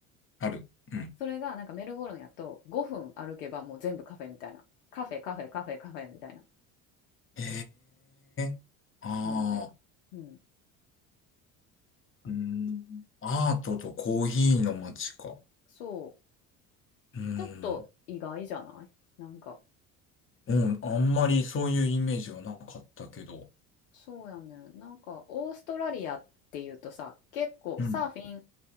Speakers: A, on the left (about 30°); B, on the left (about 80°).
A: ある。うん。
B: それがなんかメルボルンやと5分歩けばもう全部カフェみたいな。カフェカフェカフェカフェみたいな
A: へえ。ああ。
B: 感じ。うん。
A: うん。アートとコーヒーの街か。
B: そう。
A: うん。
B: ちょっと意外じゃないなんか
A: うん、あんまりそういうイメージはなかったけど。
B: そうやねん。なんか、オーストラリアっていうとさ、結構サーフィン、
A: うん。